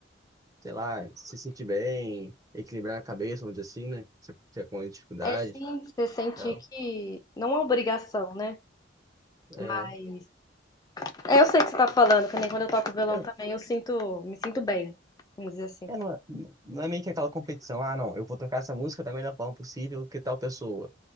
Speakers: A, on the right (about 20°); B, on the left (about 20°).
A: sei lá, se sentir bem, equilibrar a cabeça, vamos dizer assim, né? Você, você tá com dificuldade
B: É sim,
A: e
B: você sentir
A: tal.
B: que não é obrigação, né?
A: É.
B: Mas é, eu sei o que você tá falando, que nem quando eu toco violão
A: É,
B: também, eu sinto, me sinto bem, vamos dizer assim.
A: É, não, é- não é meio que aquela competição, ah, não, eu vou tocar essa música da melhor forma possível que tal pessoa.